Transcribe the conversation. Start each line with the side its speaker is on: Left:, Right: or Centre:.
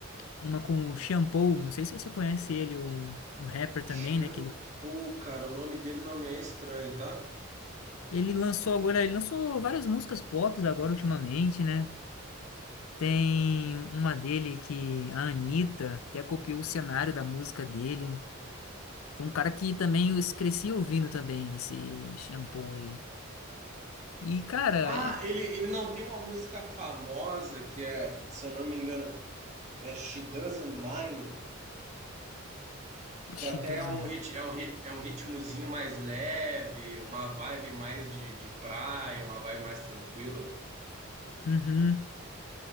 Left: uma com o Shampoo, não sei se você conhece ele, um, um rapper
Right: Shampoo,
Left: também, né, que ele,
Right: cara, o nome dele não me é estranho, tá?
Left: ele lançou agora, ele lançou várias músicas pop agora ultimamente, né? Tem uma dele que a Anitta até copiou o cenário da música dele. Foi um cara que também eu cresci ouvindo também esse Shampoo aí. E, cara,
Right: Ah,
Left: é.
Right: ele, ele não tem uma música famosa que é, se eu não me engano, é She Doesn't Mind.
Left: Ixi,
Right: Que até
Left: Deus
Right: é um
Left: amado.
Right: rit, é um rit, é um ritmozinho mais leve, uma vibe mais de, de praia, uma vibe mais tranquila.
Left: Uhum.